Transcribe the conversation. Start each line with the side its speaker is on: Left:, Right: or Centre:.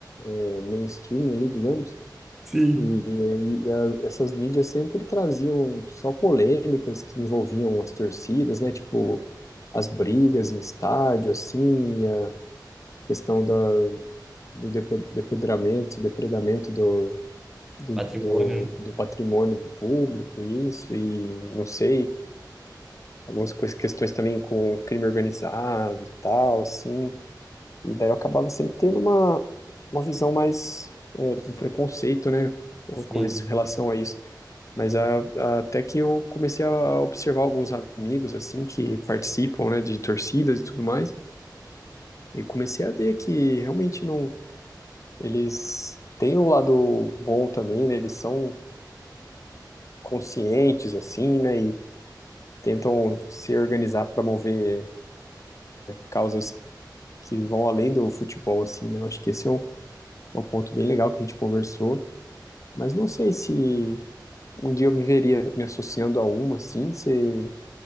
Left: eh, mainstream ali, digamos,
Centre: Sim.
Left: e, e e a- essas mídias sempre traziam só polêmicas que envolviam as torcidas, né? Tipo as brigas em estádio assim, e a questão da, do depe- depedramento, depredamento do do,
Centre: Patrimônio.
Left: do,
Centre: né?
Left: do patrimônio público, isso, e não sei, algumas coisas, questões também com crime organizado e tal, assim. E daí eu acabava sempre tendo uma, uma visão mais, é, um preconceito, né,
Centre: Sim.
Left: com res- relação a isso. Mas a- a- até que eu comecei a observar alguns amigos, assim, que participam, né, de torcidas e tudo mais, e comecei a ver que realmente não, eles têm um lado bom também, né, eles são conscientes, assim, né, e tentam se organizar para mover causas que vão além do futebol, assim, né? Eu acho que esse é um, um ponto bem legal que a gente conversou, mas não sei se um dia eu me veria me associando a uma, assim, você,